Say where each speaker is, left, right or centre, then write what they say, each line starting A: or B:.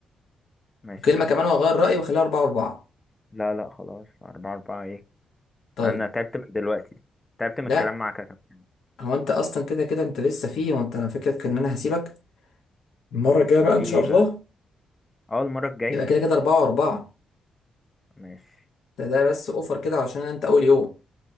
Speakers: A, on the left; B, on the left.
A: ماشي
B: وكلمة
A: يا كابتن
B: كمان وأغير رأيي وأخليها أربعة وأربعة
A: لا لا خلاص أربعة أربعة ايه
B: طيب
A: انا تعبت من دلوقتي تعبت من
B: لا
A: الكلام معاك يا كابتن
B: هو أنت أصلا كده كده أنت لسه فيه وأنت أنا فكرتك إن أنا هسيبك المرة الجاية بقى
A: في
B: إن شاء
A: ايه بقى
B: الله
A: اه المرة الجاية
B: يبقى كده كده أربعة وأربعة
A: ماشي
B: ده ده بس أوفر كده عشان أنت أول يوم